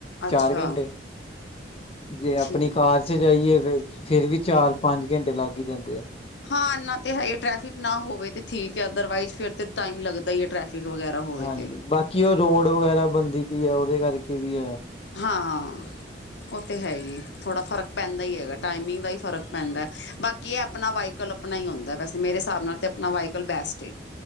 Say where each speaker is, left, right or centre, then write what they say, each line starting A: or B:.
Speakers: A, on the left; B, on the left.
A: ਅੱਛਾ
B: ਚਾਰ ਘੈਂਟੇ ਜੇ
A: ਠੀਕ।
B: ਆਪਨੀ ਕਾਰ ਚ ਜਾਈਏ ਫੇਰ, ਫੇਰ ਵੀ ਚਾਰ-ਪੰਜ ਘੈਂਟੇ ਲੱਗ ਈ ਜਾਂਦੇ ਐ।
A: ਹਾਂ, ਇਨਾ ਤੇ ਹੈਈ ਏ ਟ੍ਰੈਫਿਕ ਨਾ ਹੋਵੇ ਤੇ ਠੀਕ ਐ ਅਦਰਵਾਈਜ਼ ਫੇਰ ਤੇ ਟਾਈਮ ਲੱਗਦਾ ਈ ਐ ਟ੍ਰੈਫਿਕ ਵਗੈਰਾ ਹੋਵੇ
B: ਹਾਂਜੀ,
A: ਤੇ।
B: ਬਾਕੀ ਉਹ ਰੋਡ ਵਗੈਰਾ ਬਣਦੀ ਪਈ ਐ ਉਹਦੇ ਕਰਕੇ ਵੀ ਐ।
A: ਹਾਂ। ਉਹ ਤਾਂ ਹੈ ਹੀ ਥੋੜ੍ਹਾ ਫਰਕ ਪੈਂਦਾ ਹੀ ਹੈਗਾ ਟਾਈਮਿੰਗ ਦਾ ਹੀ ਫਰਕ ਪੈਂਦਾ, ਬਾਕੀ ਕੀ ਆਪਣਾ ਵਾਈਕਲ ਆਪਣਾ ਹੀ ਹੁੰਦਾ, ਵੈਸੇ ਮੇਰੇ ਹਿਸਾਬ ਨਾਲ ਤੇ ਆਪਣਾ ਵਾਇਕਲ ਬੈਸਟ ਏ।